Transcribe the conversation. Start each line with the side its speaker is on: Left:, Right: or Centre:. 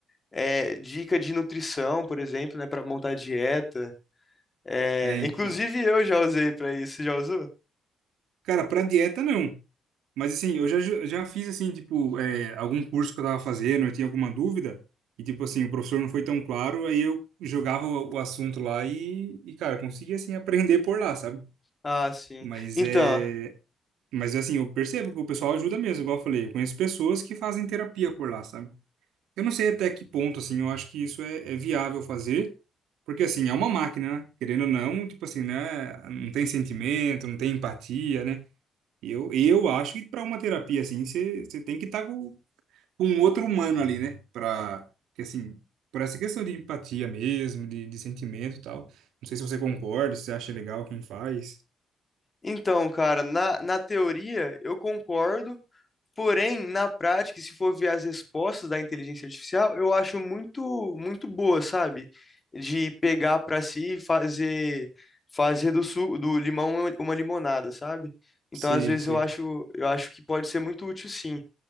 Left: é, dica de nutrição, por exemplo, né, para montar dieta. É,
Right: É, então.
Left: inclusive eu já usei para isso. Você Já usou?
Right: Cara, pra dieta não. Mas assim, eu já, já fiz assim, tipo, é, algum curso que eu tava fazendo, eu tinha alguma dúvida, e tipo assim, o professor não foi tão claro, aí eu jogava o, o assunto lá e, e, cara, conseguia assim aprender por lá, sabe?
Left: Ah, sim.
Right: Mas
Left: Então,
Right: é. Mas assim, eu percebo que o pessoal ajuda mesmo, igual eu falei, eu conheço pessoas que fazem terapia por lá, sabe? Eu não sei até que ponto, assim, eu acho que isso é, é viável fazer, porque assim, é uma máquina, né? Querendo ou não, tipo assim, né? Não tem sentimento, não tem empatia, né? Eu, eu acho que para uma terapia assim, você você tem que estar com, com um outro humano ali, né? Para que assim, por essa questão de empatia mesmo, de, de sentimento e tal. Não sei se você concorda, se você acha legal quem faz.
Left: então, cara, na, na teoria eu concordo, porém, na prática, se for ver as respostas da inteligência artificial, eu acho muito, muito boa, sabe? De pegar para si e fazer, fazer do, su do limão uma uma limonada, sabe? Então,
Right: Sei,
Left: às vezes
Right: sei.
Left: eu acho, eu acho que pode ser muito útil, sim.